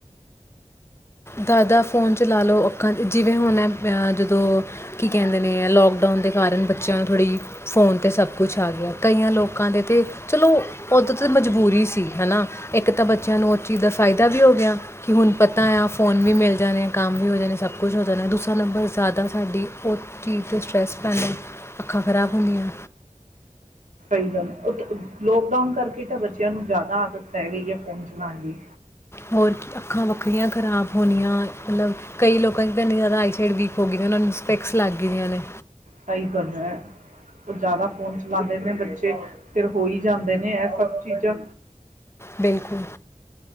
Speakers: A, on the left (about 20°); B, on the right (about 75°).
A: ਦਾਦਾ ਫੋਨ ਚਲਾ ਲਓ, ਅੱਖਾਂ ਜਿਵੇਂ ਹੁਣ ਆਪਣੇ ਆ ਜਦੋਂ ਕੀ ਕਹਿੰਦੇ ਨੇ, ਲੋਕਡਾਊਨ ਦੇ ਕਾਰਨ ਬੱਚਿਆਂ ਨੂੰ ਥੋੜ੍ਹੀ ਫੋਨ 'ਤੇ ਸਭ ਕੁਛ ਆ ਗਿਆ। ਕਈਆਂ ਲੋਕਾਂ ਦੇ ਤੇ, ਚਲੋ ਉਦੋਂ ਤਾਂ ਮਜਬੂਰੀ ਸੀ, ਹੈਨਾ। ਇੱਕ ਤਾਂ ਬੱਚਿਆਂ ਨੂੰ ਉਹ ਚੀਜ਼ ਦਾ ਫਾਇਦਾ ਵੀ ਹੋ ਗਿਆ ਕਿ ਹੁਣ ਪਤਾ ਆ ਫ਼ੋਨ ਵੀ ਮਿਲ ਜਾਣੇ, ਕੰਮ ਵੀ ਹੋ ਜਾਣੇ, ਸਭ ਕੁਛ ਹੋ ਜਾਣਾ। ਦੂਸਰਾ ਨੰਬਰ ਜ਼ਿਆਦਾ ਸਾਡੀ ਉਹ ਚੀਜ਼ ਤੇ ਸਟਰੈੱਸ ਪੈਂਦਾ, ਅੱਖਾਂ ਖ਼ਰਾਬ ਹੁੰਦੀਆਂ।
B: <unintelligible> ਲੋਕਡਾਊਨ ਕਰਕੇ ਤਾਂ ਬੱਚਿਆਂ ਨੂੰ ਜ਼ਿਆਦਾ ਆਦਤ ਪੈ ਗਈ ਐ ਫੋਨ ਚਲਾਨ ਦੀ।
A: ਹੋਰ ਕੀ, ਅੱਖਾਂ ਵੱਖਰੀਆਂ ਖਰਾਬ ਹੋਣੀਆਂ, ਮਤਲਬ ਕਈ ਲੋਕਾਂ 'ਚ ਤਾਂ ਇੰਨੀ ਜ਼ਿਆਦਾ ਆਈਸਾਈਟ ਵੀਕ ਹੋ ਗਈ, ਉਹਨਾਂ ਨੂੰ ਸਪੈਕਸ ਲੱਗ ਗਈਆਂ ਨੇ।
B: ਸਹੀ ਗੱਲ ਐ। ਉਹ ਜ਼ਿਆਦਾ ਫੋਨ ਚਲਾਉਦੇ ਨੇ ਬੱਚੇ, ਫਿਰ ਹੋ ਹੀ ਜਾਂਦੇ ਨੇ ਇਹ ਸਭ ਚੀਜ਼ਾਂ।
A: ਬਿਲਕੁਲ।